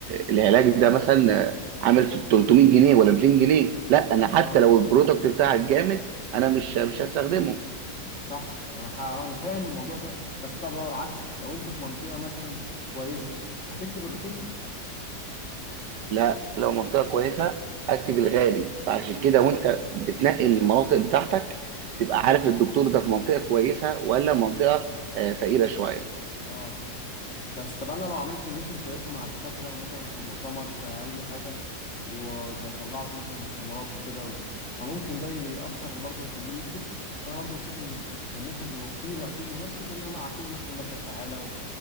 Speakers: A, on the right; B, on the left.
A: العلاج ده مثلا عامل 300 جنيه ولا 200 جنيه لا أنا حتى
B: اه
A: لو البرودكت بتاعك جامد أنا مش مش هستخدمه
B: صح انا ح- آه، انا فاهم الموضوع ده بس طب لو العكس لو انت في منطقه مثلا كويسه هتكتب الرخيص
A: لا لو منطقة كويسة هكتب الغالي فعشان كده وانت بتنقي المناطق بتاعتك تبقى عارف الدكتور ده في منطقة كويسة ولا منطقة آه، فقيرة شوية
B: اه بس طب انا لو عملت ريليشن كويسه مع الدكاتره مثلا كمؤتمر كاي حاجه وطلعته مثلا مؤتمرات وكده و... فممكن ده بيأثر برضو يخليه يكتب بس انا برضو بشوف ان ان احنا بنبقى كتير واقفين ونفس كلنا بقى عارفين نفس الماده الفعاله و...